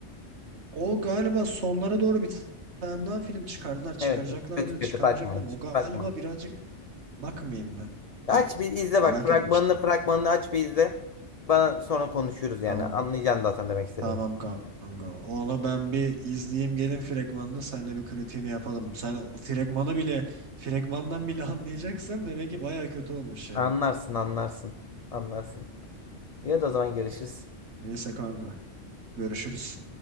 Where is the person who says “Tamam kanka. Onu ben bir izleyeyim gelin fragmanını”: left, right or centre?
Right